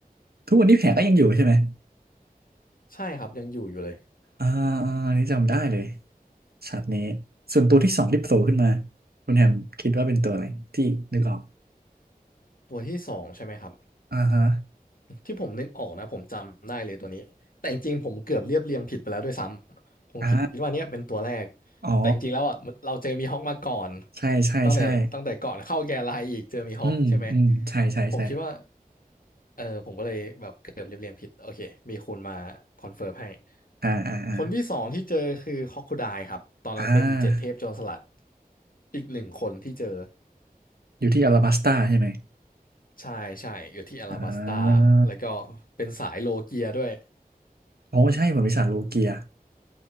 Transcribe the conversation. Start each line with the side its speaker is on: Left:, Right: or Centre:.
Right: ทุกวันนี้แผลก็ยังอยู่ใช่ไหม
Left: ใช่ครับยังอยู่อยู่เลย
Right: อ่าอ่าอันนี่จำได้เลยฉากนี้ส่วนตัวที่สองที่โผล่ขึ้นมาคุณแฮมคิดว่าเป็นตัวอะไรที่นึกออก
Left: ตัวที่สองใช่ไหมครับ
Right: อ่าฮะ
Left: ที่ผมนึกออกนะผมจำได้เลยตัวนี้แต่จริงๆผมเกือบเรียบเรียงผิดไปแล้วด้วยซ้ำผมคิดว่าเนี้ยเป็นตัวแรก
Right: อ่าอ๋อ
Left: แต่จริงๆแล้วอ่ะมันเราเจอมีฮอคมาก่อน
Right: ใช่ใช่ใช่
Left: ตั้งแต่ตั้งแต่ก่อนเข้าแกนไลน์อีกเจอมีฮอคใช่ไหม
Right: อืมอืมใช่ใช่ใช่
Left: ผมคิดว่าเออผมก็เลยแบบเกือบเรียบเรียงผิดโอเคมีคุณมาคอนเฟิร์มให้
Right: อ่าอ่าอ่า
Left: คนที่สองที่เจอคือคอคคูไดครับตอนนั้นเป็นเจ็ดเทพโจรสลัด
Right: อ่า
Left: อีกหนึ่งคนที่เจอ
Right: อยู่ที่อลาบัสตาใช่ไหม
Left: ใช่ใช่อยู่ที่อลาบัสตา
Right: อ่า
Left: แล้วก็เป็นสายโลเกียด้วย
Right: โอ้ใช่ผลปีศาจโลเกีย